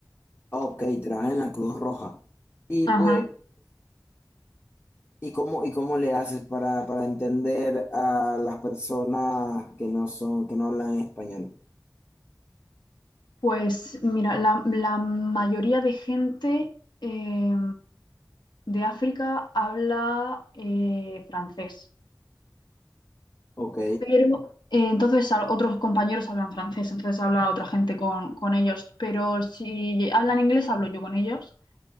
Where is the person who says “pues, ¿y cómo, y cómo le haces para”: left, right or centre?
Left